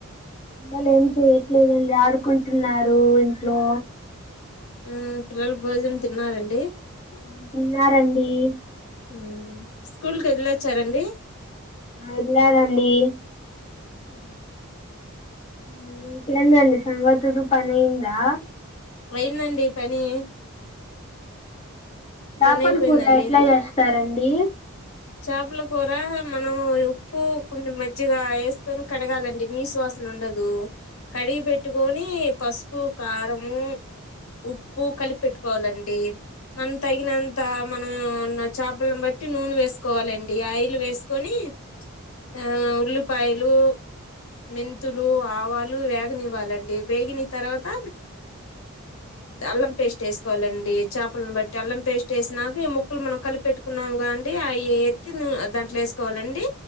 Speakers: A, on the left; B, on the left.
A: పిల్లలు ఏం చెయట్లేదండి ఆడుకుంటున్నారు ఇంట్లో
B: ఉ పిల్లలు భోజనం తిన్నారండి
A: మ్ తిన్నారండి
B: మ్ స్కూల్కి వెళ్ళొచ్చారండి
A: ఆ ఎల్లారండీ
B: మ్
A: మ్ ఇంకేందండి సంగతులు పనైందా
B: అయిందండి పని
A: చాపల
B: పని అయిపోయిందండి
A: కూర ఎట్లా చేస్తారండి
B: చేపల కూర మనం ఉప్పు కొన్ని మజ్జిగా వేసుకొని కడగాలండి నీసు వాసన్ ఉండదు కడిగి పెట్టుకొని పసుపు కారము ఉప్పు కలిపి పెట్టుకోవాలండి మనం తగినంత మనం ఉన్న చేపలను బట్ ట్టి నూనేస్ కోవాలండి ఆయిల్ వేసుకొని ఆ ఉల్లిపాయలు మెంతులు ఆవాలు వేగనివ్వాలండి వేగిన తర్వాత అళ్ళం పేస్ట్ వేసుకోవాలండి చేపలను బట్టి అల్లం పేస్ట్ వేసాక ఈ ముక్కలు మనం కలిపెట్ కున్నాముగా అండి అ ఎత్తి నువ్ దాంట్లో వేసుకోవాలండి